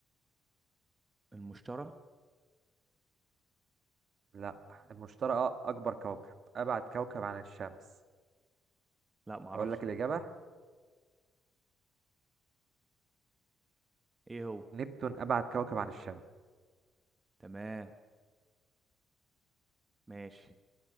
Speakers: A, on the right (about 25°); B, on the right (about 55°).
A: المشتري
B: لا المشتري أ- اكبر كوكب ابعد كوكب عن الشمس
A: لا معرفش
B: اقول لك الاجابة
A: ايه هو
B: نبتون ابعد كوكب عن الشمس
A: تمام ماشي